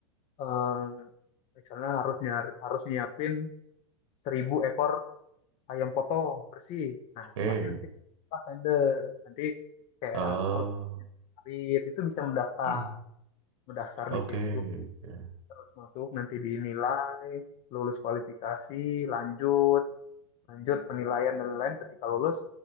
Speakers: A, on the left; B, on the right.
A: eh, misalnya harus nyari, harus nyiapin seribu ekor ayam potong bersih. Nah,
B: oke.
A: itu pasti nanti pas tender. Nanti kayak
B: Oh,
A: kru- Rit itu bisa mendaftar,
B: <clears throat>
A: mendaftar di
B: oke.
A: situ,
B: oke.
A: terus masuk, nanti dinilai, lulus kualifikasi, lanjut, lanjut penilaian dan lain-lain. Ketika lulus,